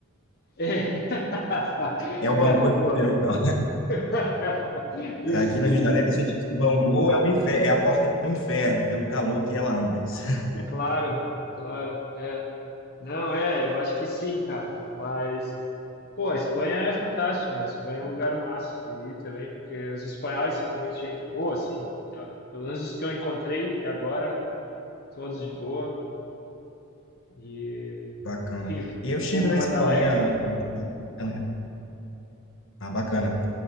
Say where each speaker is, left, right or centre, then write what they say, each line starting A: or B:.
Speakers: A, on the left; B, on the left.
A: É, <laughs>
B: É o Bangu
A: é boa.
B: europeu,
A: boa.
B: então.
A: <laughs> Isso,
B: Aqui
A: isso.
B: no Rio de Janeiro, a gente diz que o Bangu é, o infer- é a porta do inferno, pelo calor que é lá, mas <laughs>
A: Claro, claro. É. Não, é, eu acho que sim, cara. Mas, pô, a Espanha é fantástica, né? A Espanha é um lugar massa de ir também, porque os espanhóis são muito gente boa, assim. Eu- Pelo menos os que eu encontrei até agora, todos de boa. E,
B: bacana.
A: enfim,
B: Eu estive
A: povo
B: na
A: mais
B: Espanha.
A: alegre.
B: ano- ano- Ah, bacana.